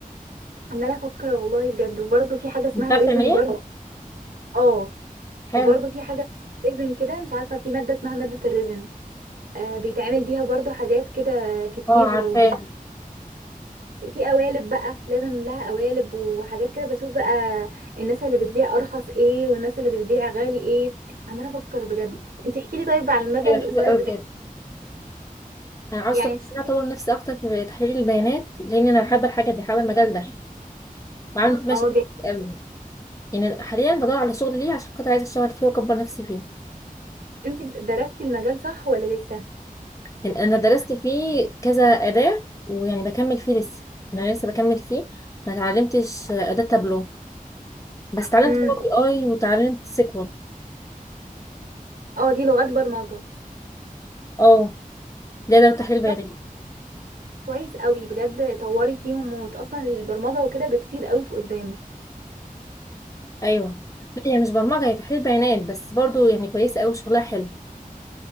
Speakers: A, on the right; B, on the left.
A: عمالة أفكر والله بجد وبرضه في حاجة اسمها
B: انت عارفه
A: ريزن
B: تعمليها
A: برضه اه
B: حلو
A: وبرضه في حاجة ريزن كده مش عارفة في مادة اسمها مادة الريزن آه، بيتعمل بيها برضه حاجات كده كتير
B: اه عارفاها
A: وبشوف في قوالب بقى لازم لها قوالب وحاجات كده بشوف بقى الناس اللي بتبيع أرخص ايه والناس اللي بتبيع غالي ايه عمالة أفكر بجد انت احكيلي طيب على المدى
B: ايوه
A: القصير
B: حلو قوي
A: بتاع
B: بجد انا عاوزه
A: يعني
B: انا
A: هتشتري
B: اطور نفسي اكتر في تحليل البيانات لان انا بحب الحاجه دي بحب المجال ده وعامل فيه
A: اه
B: مشاريع كتير قوي يعني حاليا بدور على شغل ليه عشان خاطر عايزه اشتغل فيه واكبر نفسي فيه
A: انت درستي المجال صح ولا لسه
B: لان انا درست فيه كذا اداه ويعني بكمل فيه لسه يعني انا لسه بكمل فيه ما اتعلمتش اداه تابلو بس اتعلمت
A: امم
B: باور بي اي وتعلمت سيكوال
A: اه دي لغات برمجة
B: اه ده ده تحليل
A: طب
B: بيانات
A: كويس قوي بجد طوري فيهم موت اصلا البرمجة وكده بتفيد قوي في قدام
B: ايوه لا هي مش برمجه هي تحليل بيانات بس برضو يعني كويسه قوي شغلها حلو